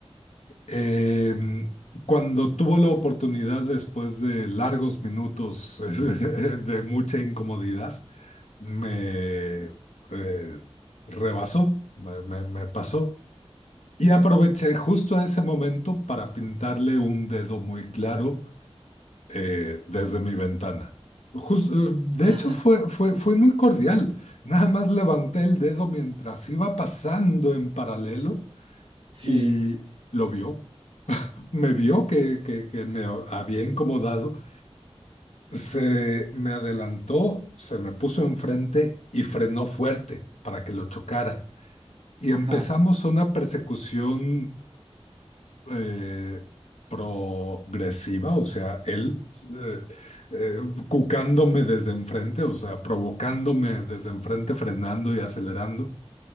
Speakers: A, on the left (about 80°); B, on the right (about 55°).
A: Eh, cuando tuvo la oportunidad, después de largos minutos <laughs> de mucha incomodidad, me eh, rebasó, me, me- me pasó. Y aproveché justo ese momento para pintarle un dedo muy claro eh, desde mi ventana. Jus- eh, de
B: <laughs>
A: hecho, fue, fue, fue muy cordial. Nada más levanté el dedo mientras iba pasando en paralelo
B: Sí,
A: y lo vio me vio que, que, que me había incomodado, se me adelantó, se me puso enfrente y frenó fuerte para que lo chocara. Y empezamos
B: ajá.
A: una persecución eh, progresiva, o sea, él eh, eh, cucándome desde enfrente, o sea, provocándome desde enfrente, frenando y acelerando